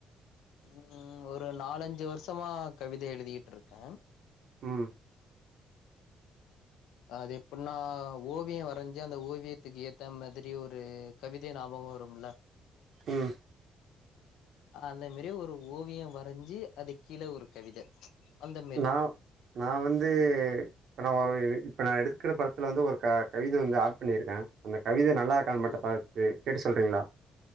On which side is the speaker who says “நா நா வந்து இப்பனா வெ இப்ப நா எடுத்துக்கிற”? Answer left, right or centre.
Right